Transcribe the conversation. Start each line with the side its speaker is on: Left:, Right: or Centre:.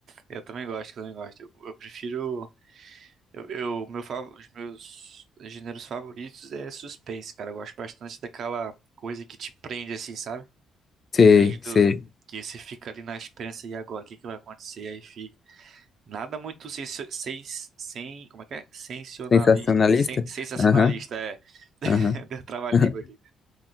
Right: Eu também gosto, eu também gosto. Eu, eu prefiro. Eu, eu- meu, fav- os meus gêneros favoritos é suspense, cara. Eu gosto bastante daquela coisa que te prende, assim, sabe?
Left: Você,
Right: Te prende do,
Left: você,
Right: que você fica ali na esperança, e agora, o que que vai acontecer? Aí fica. Nada muito sensio- sens, sem, como é que é? Sensacionalista.
Left: sensacionalista?
Right: Sen- sensacionalista,
Left: Aham,
Right: é. <laughs>
Left: aham.
Right: Deu trava-língua
Left: <laughs>
Right: aqui.